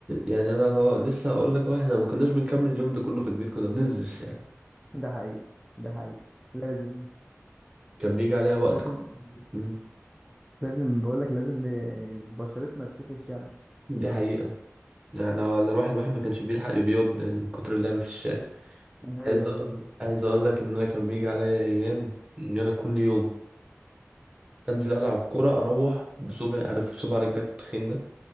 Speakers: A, on the right; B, in the centre.
A: يعني أنا هو لسه هقول لك هو إحنا ما كناش بنكمل اليوم ده كله في البيت كنا بننزل الشارع
B: ده حقيقي ده حقيقي لازم
A: كان بيجي عليا وقت
B: لازم
A: ك- مم.
B: لازم بقول لك لازم ن- بشرتنا تشوف الشمس
A: دي حقيقة يعني أنا الواحد الواحد ما كانش بيلحق يبيض من كتر اللعب في الشارع
B: ايوه
A: عايز أقول
B: ايوه
A: عايز أقول لك إن أنا كان بيجي عليا أيام إن أنا كل يوم أنزل ألعب كورة أروح بصبعي عارف صبع رجلك التخين ده